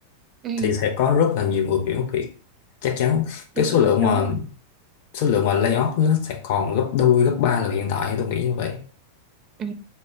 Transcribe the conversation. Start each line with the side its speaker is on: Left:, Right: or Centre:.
Right: Ừ.
Left: thì sẽ có rất là nhiều người chuyển việc chắc chắn cái
Right: đúng
Left: số
Right: rồi
Left: lượng
Right: đúng
Left: mà
Right: rồi
Left: số lượng mà layoff nó sẽ còn gấp đôi gấp ba lần hiện tại tôi nghĩ như vậy
Right: ừ.